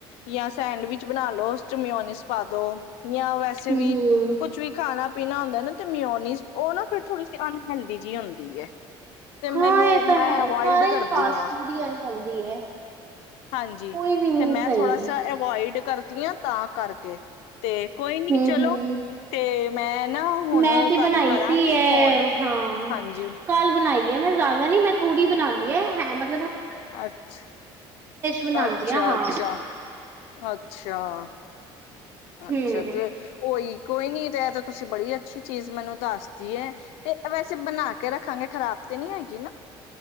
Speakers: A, on the left; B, on the right.
A: ਜਾਂ ਸੈਂਡਵਿਚ ਬਣਾਲੋ ਉਦੇ ਚ ਮਿਓਨੀਜ ਪਾ ਦੋ। ਜਾਂ ਵੈਸੇ
B: ਹਮ
A: ਵੀ,
B: ਹਮ।
A: ਕੁਛ ਵੀ, ਖਾਣਾ ਪੀਣਾ ਹੁੰਦਾ ਨਾ ਤੇ ਮਿਓਨੀਜ ਉਹ ਨਾ, ਫਿਰ ਥੋੜੀ, ਅਨਹਲਦੀ ਜਿਹੀ ਹੁੰਦੀ ਹੈ। ਤੇ ਮੈਨੂੰ
B: ਹਾਂ! ਇਹ ਤਾਂ
A: ਮੈਂ
B: ਹੈ।
A: ਅਵੋਇਡ
B: ਸਾਰਾ ਹੀ
A: ਕਰਦੀ
B: ਫਾਸਟ
A: ਹਾਂ
B: ਫੂਡ ਹੀ, ਅਨਹੇਲਦੀ ਹੈ।
A: ਹਾਂਜੀ!
B: ਕੋਈ ਵੀ ਨਹੀਂ
A: ਤੇ ਮੈਂ
B: ਸਹੀ
A: ਥੋੜਾ ਸ, ਅਵੋਇਡ ਕਰ ਦੀਆਂ, ਤਾਂ ਕਰਕੇ ਤੇ, ਕੋਈ ਨੀ,
B: ਹਮ
A: ਚਲੋ,
B: ਹਮ।
A: ਤੇ ਮੈਂ, ਨਾ ਹੁਣ
B: ਮੈਂ ਤੇ
A: ਤੁਹਾਨੂੰ
B: ਬਣਾਈ
A: ਕਰਾਂਗੀ
B: ਸੀ, ਇਹ,
A: ਫੋਨ
B: ਹਾਂ!
A: ਹਾਂਜੀ
B: ਕੱਲ ਬਣਾਈ ਹੈ ਮੈਂ, ਜ਼ਿਆਦਾ ਨੀ ਮੈਂ ਥੋੜ੍ਹੀ ਬਣਾਉਂਦੀ ਹੈਂ, ਮਲਬ
A: ਅੱਛ,
B: ਬਣਾਉਂਦੀ
A: ਅੱਛਾ,
B: ਆ ਹਾਂ
A: ਅੱਛਾ, ਅੱਛਾ! ਅੱਛਾ,
B: ਹਮ।
A: ਤੇ ਉਹੀ। ਕੋਈ ਨੀ, ਤੇ ਇਹ ਤਾਂ ਤੁਸੀਂ ਬੜੀ ਅੱਛੀ ਚੀਜ਼ ਮੈਨੂੰ ਦੱਸਦੀ ਹੈ, ਤੇ ਵੈਸੇ, ਬਣਾ ਕੇ ਰੱਖਾਂਗੇ ਖ਼ਰਾਬ ਤੇ ਨੀ ਹੈਗੀ ਨਾ?